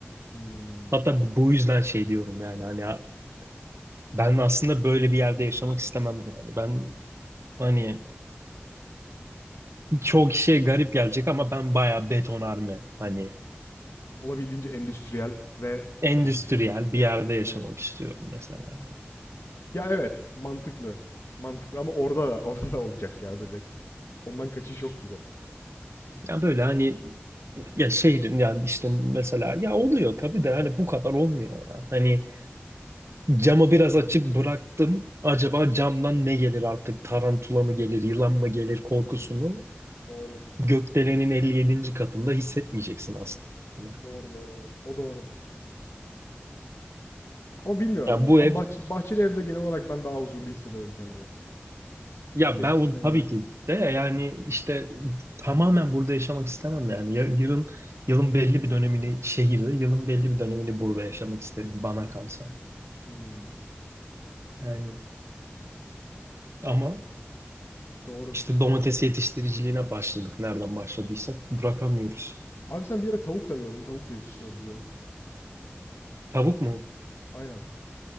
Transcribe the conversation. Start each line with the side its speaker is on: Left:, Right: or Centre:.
Left: Hmm.
Right: Hatta bu bu yüzden şey diyorum yani hani ya- ben aslında böyle bir yerde yaşamak istemem yani. Ben hani çoğu kişiye garip gelecek ama ben bayağı betonarme hani
Left: Olabildiğince endüstriyel ve
Right: endüstriyel
Left: <laughs>
Right: bir yerde yaşamak
Left: Evet.
Right: istiyorum mesela.
Left: Ya evet, mantıklı. Mantıklı ama orada da orada da olacak ya böcek. Ondan kaçış yok gibi.
Right: Ya böyle hani ya şehrin yani işte mesela ya oluyor tabii de hani bu kadar olmuyor ya. Hani Camı biraz açık bıraktım. Acaba camdan ne gelir artık? Tarantula mı gelir, yılan mı gelir korkusunu
Left: Doğru.
Right: gökdelenin 57. katında hissetmeyeceksin aslında. Mesela.
Left: Doğru doğru evet. O doğru. Ama bilmiyorum
Right: Ya
Left: ya.
Right: bu
Left: Ben
Right: ev,
Left: bahçe, bahçeli evde genel olarak ben daha huzurlu hissediyorum kendimi.
Right: ya
Left: Eskisine
Right: ben bu-
Left: göre.
Right: tabii ki de yani işte tamamen burada yaşamak istemem yani. Ya- Yılın yılın belli bir dönemini şehirde, yılın belli bir dönemini burada yaşamak isterim bana kalsa.
Left: Hmm,
Right: Yani ama
Left: doğru.
Right: işte domates yetiştiriciliğine başladık. Nereden başladıysak bırakamıyoruz.
Left: Abi sen bir yere tavuk da diyordun. Tavuk da yetiştiriyoruz diyordun.
Right: Tavuk mu?
Left: Aynen.